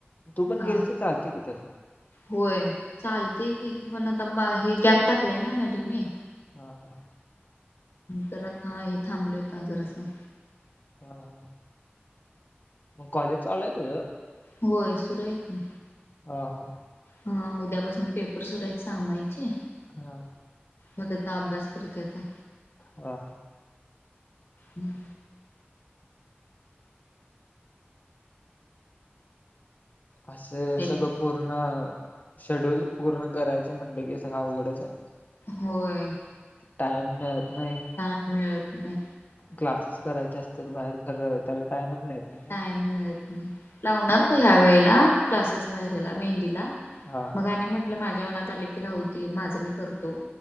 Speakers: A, on the left; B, on the left.
A: तू पण
B: हा
A: गेलतीस चालते तिथ
B: होय चालते की पण आता बाहे गॅप टाकलंय ना मधे मी.
A: हा ह.
B: करतना हा हे थांबले होत आजर असं.
A: हा हा. मग कॉलेज चाल लयत तुझ?
B: होय सुरळीत आहे.
A: हा हा.
B: हा उद्यापासून पेपर सुर आहेत सहामायचे.
A: हा.
B: मगचा अभ्यास करतेय आता.
A: हा.
B: हम्म.
A: अस
B: हॅलो.
A: सगळं पूर्ण शेड्यूल पूर्ण करायचं म्हटलं की सगळ आवघडच आहे.
B: होय.
A: टाईम मिळत नाही
B: टाइम मिळत नाही
A: क्लासेस करायचे असतात बाहेर तर त्याले टाईमच नाही. ना.
B: टाईम मिळत नाही. लावणार पण ह्या वेळेला क्लासेस बाहेरला मेहंदीला
A: हा
B: मग आणि म्हट माझ्या मनात आले की राहू दे माझं मी करतो